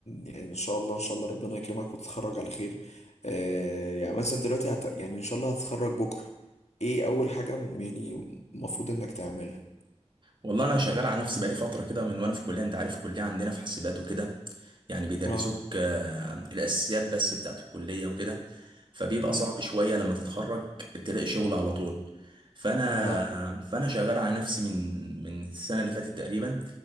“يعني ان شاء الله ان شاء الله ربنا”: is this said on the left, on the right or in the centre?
Left